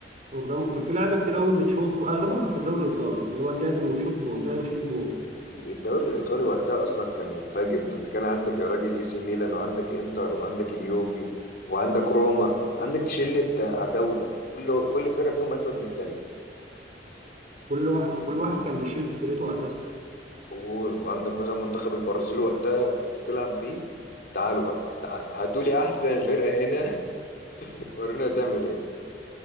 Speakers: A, on the right (about 45°); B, on the left (about 60°).
A: وبرامو- كان في لعيبة كتير قوي بتشوط وأغلبهم كان في الدوري الإيطالي اللي هو تعدل وتشوط جون تعدل وتشوط جون
B: الدوري الايطالي وقتها اصلا كان منفجر ده انت كان عندك يا راجل اي سي ميلان وعندك انتر وعندك اليوفي وعندك روما عندك شلة عتاولة كل كل فرقة فيهم اجمد من التانية
A: كل واحد كل واحد كان بيشيل فريقه أساسا
B: وعندك مثلا منتخب البرازيل وقتها كنت بتلعب بيه تعالوا بقى تعالوا هاتوا لي احسن فرقه هنا <laughs> ورونا تعمل ايه